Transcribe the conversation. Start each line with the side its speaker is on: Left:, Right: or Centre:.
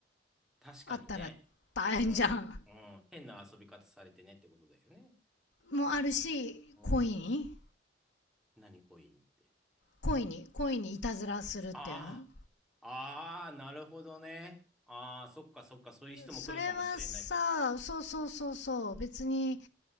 Centre: 確かにね。
Left: あったら大変じゃん。
Centre: うん、うん。変な遊び方されてねってことだよね。
Left: もあるし、
Centre: うん。
Left: 恋に
Centre: 何コインって。
Left: 恋に、恋にいたずらするっていうの
Centre: ああ、ああ、なるほどね。ああ、そっかそっか、そういう人も来るかもしれないってことか。
Left: それはさ、そうそうそうそう、別に、